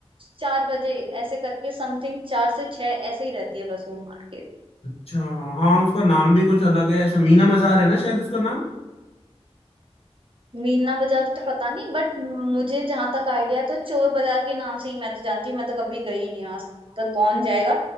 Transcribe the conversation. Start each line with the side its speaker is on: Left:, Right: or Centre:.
Right: चार बजे ऐसे करके समथिंग चार से छह ऐसे ही रहती है बस वो मार्केट
Left: अच्छा हाँ उसका नाम भी कुछ अलग है ऐसा मीना मजार है ना शायद उसका नाम
Right: मीना बाजार तो पता नहीं बट मुझे जहां तक आइडिया है तो चोर बाजार के नाम से ही मैं तो जानती हूँ मैं तो कभी गई नहीं हूँ आज तक पर कौन जाएगा